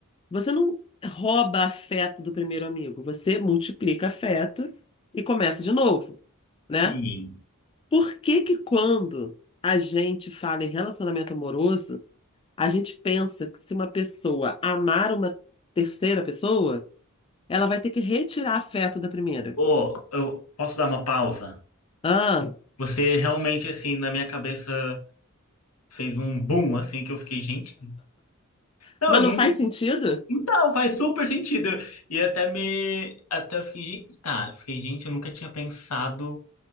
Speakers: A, on the left; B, on the left.
A: você não rouba afeto do primeiro amigo, você multiplica afeto e começa de novo, né?
B: Sim.
A: Por que que quando a gente fala em relacionamento amoroso, a gente pensa que se uma pessoa amar uma terceira pessoa, ela vai ter que retirar afeto da primeira?
B: Ô, eu posso dar uma pausa?
A: Ah,
B: Você realmente, assim, na minha cabeça fez um boom, assim, que eu fiquei, gente. Não,
A: mas
B: eu nunca.
A: não faz sentido,
B: Então, faz super sentido. E até me. Até eu fiquei, gente. Tá, eu fiquei, gente, eu nunca tinha pensado